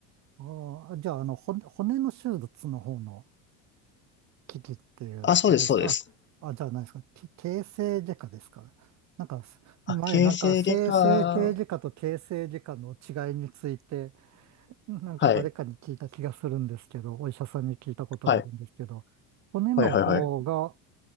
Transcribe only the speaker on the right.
ああ、じゃあ、あの、骨、骨の手術の方の機器っていうことですかあ、
あ、じゃあ何ですかけ形成外科ですかなんか、
前、
なんか、整整形外科と形成外科の違いについて、なんか誰かに聞いた気がするんですけど、
お医者さんに聞いたことがあるんですけど、
骨の方が